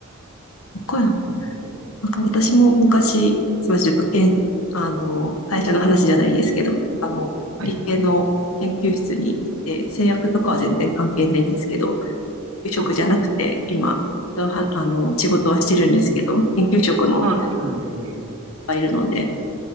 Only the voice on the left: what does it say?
か。なん
か私も昔、すみません、ちょっと、けん、あの、会社の話じゃないですけど、あの、
理系の研究室にいて、製薬とかは全然関係ないんですけど、研究職じゃなくて、
今、はあの、仕事はしてるんですけど、研究職の
いっぱいいるので、